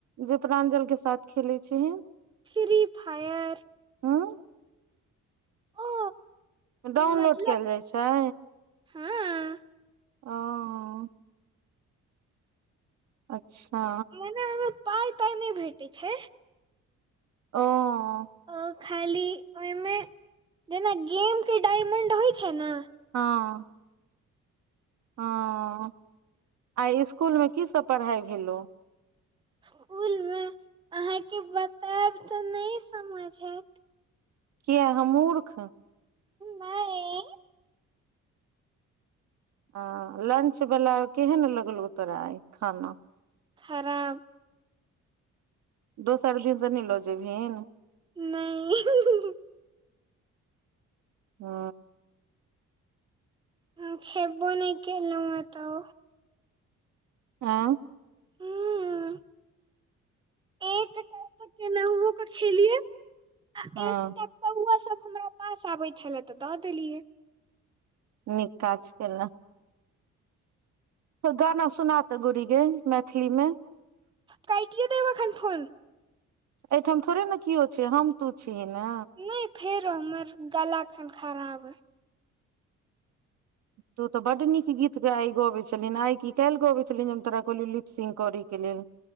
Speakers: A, on the right; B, on the right.
A: जे तोरा एंजल के साथ खेले छहि
B: फ्री फायर
A: हू
B: ओ
A: डाउनलोड
B: मतलब
A: कयल जाय छै
B: हँ
A: आ ओ अच्छा
B: एना ओहिमे पाय तााय नहि भेटैत छै
A: ओ
B: ओ खाली ओहिमे जेना गेम के डायमंड होइ छै न
A: हँ हाँ आय स्कूल में की सब पढ़ाइ भेलौ
B: स्कूल मे अहाँ के बतायब तऽ नहि समझ ऐत
A: किया हम मूर्ख
B: नहि
A: आ लंच वाला केहन लगलौ तोरा आय खाना
B: खराब
A: दोसर दिन सँ नै लजैबहीन
B: नहि हि हि
A: हु
B: हम खेबो नहि केलहुँ हँ तऽ
A: हँ
B: ह एकटा तऽ केना कऽ खेलियए आ
A: हँ
B: एकटा कौआ सब हमरा पास आबैत छलै तऽ दऽ देलियै
A: नीक काज केले गाना सुना तऽ गौरी गे मैथिली में
B: काइटीयो देब ऐखन फोन
A: एहिठाम थोड़े ने किओ छिय हम तू छीय न
B: नहि फेरो हमर गला एखन खराब अय
A: तूऽ तऽ बड्ड नीक गीत आई गबैत छलिहि आइ की काल्हि गबैय छलहिन जे हम तोरा कहलियौ लिप्सिंग करैय के लेल